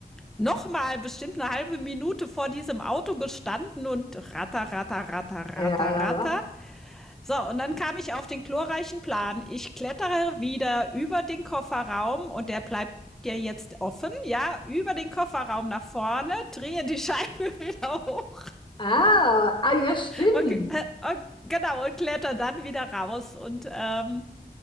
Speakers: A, in the centre; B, on the left.
A: noch mal bestimmt eine halbe Minute vor diesem Auto gestanden und ratter, ratter, ratter, ratter,
B: ja, ja.
A: ratter
B: ja.
A: so, und dann kam ich auf den glorreichen Plan. Ich klettere wieder über den Kofferraum und der bleibt ja jetzt offen, ja, über den Kofferraum nach vorne, drehe die Scheibe <laughs> wieder hoch.
B: Ah, ah, ja, stimmt.
A: Okay, äh, genau, und kletter dann wieder raus. Und ähm,